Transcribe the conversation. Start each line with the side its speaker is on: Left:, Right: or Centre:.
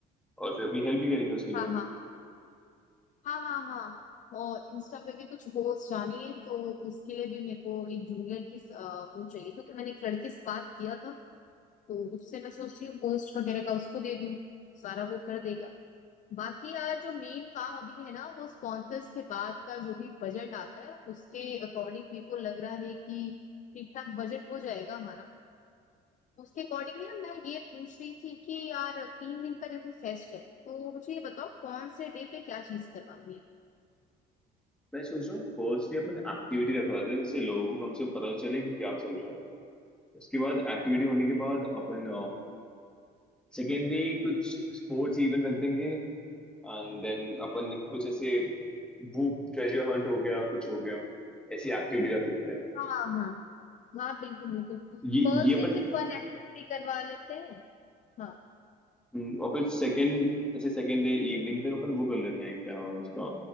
Centre: और फिर अपनी हेल्प भी करेंगे उसके लिए
Left: हाँ हाँ हाँ हाँ हाँ और इंस्टा पे भी कुछ पोस्ट आनी है तो उसके लिए भी मेरे को एक जूनियर की अ, वो चाहिए था तो मैंने एक लड़के से बात किया था तो उससे मैं सोच रही हूँ पोस्ट वगैरह का उसको दे दूँ सारा वो कर देगा बाकी यार जो मेन काम अभी है ना वो स्पॉन्सर्स के बाद का जो भी बजट आता है उसके अकॉर्डिंग मेरे को लग रहा है कि ठीक ठाक बजट हो जाएगा हमारा उसके अकॉर्डिंगली ना मैं ये पूछ रही थी कि यार तीन दिन का जैसे फेस्ट है तो मुझे ये बताओ कौन से डे पे क्या चीज करवानी है
Centre: मैं सोच रहा हूँ फर्स्ट ही अपन एक्टिविटी रखवाते हैं जिससे लोगों को कम से कम पता चले कि क्या चल रहा है उसके बाद एक्टिविटी होने के बाद अपन सेकेंड डे कुछ स्पोर्ट्स इवेंट रख देंगे एंड देन अपन ने कुछ ऐसे वो ट्रेजर हंट हो गया कुछ हो गया ऐसी एक्टिविटी कर सकते हैं
Left: हाँ हाँ हाँ बिल्कुल बिल्कुल
Centre: ये
Left: फर्स्ट
Centre: ये अपन
Left: डे फिर फन एक्टिविटी करवा लेते हैं हाँ
Centre: हम्म, और फिर सेकेंड ऐसे सेकेंड डे इवनिंग तक अपन वो कर लेते हैं क्या नाम है उसका